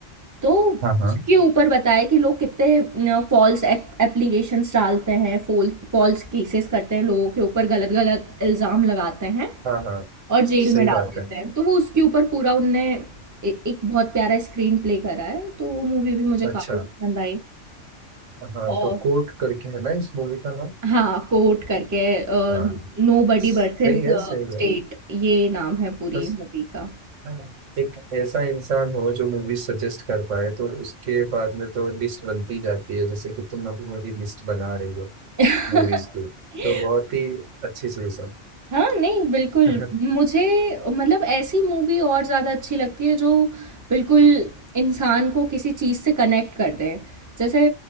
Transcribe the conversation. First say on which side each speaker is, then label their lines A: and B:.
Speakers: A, on the right; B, on the right.
A: तो
B: हाँ हाँ
A: उसके ऊपर बताया कि लोग कितने फॉल्स एप्लीकेशंस डालते हैं फॉल फॉल्स केसेस करते हैं लोगों के ऊपर गलत गलत इल्ज़ाम लगाते हैं
B: हाँ हाँ
A: और जेल
B: सही
A: में डाल
B: बात
A: देते
B: है
A: हैं तो वो उसके ऊपर पूरा उनने ए- एक बहुत प्यारा स्क्रीन प्ले करा है तो वो मूवी भी मुझे
B: अच्छा
A: काफ़ी पसंद
B: हाँ
A: आई
B: तो कोर्ट करके है ना इस मूवी का नाम
A: हाँ, कोट करके अ,
B: हाँ
A: हुँ। नोबडी
B: सही
A: वर्सेस
B: है सही
A: स्टेट
B: है
A: ये नाम है पूरी
B: बस
A: मूवी का।
B: हाँ, एक ऐसा इंसान हो जो मूवी सजेस्ट कर पाए तो उसके बाद में तो लिस्ट बनती जाती है जैसे कि तुम अभी मेरी लिस्ट बना रही हो
A: <laughs>
B: मूवीज की तो बहुत ही अच्छी चीज है
A: हाँ, नहीं बिल्कुल,
B: <laughs>
A: मुझे मतलब ऐसी मूवी और ज़्यादा अच्छी लगती है जो बिल्कुल इंसान को किसी चीज़ से कनेक्ट कर दे। जैसे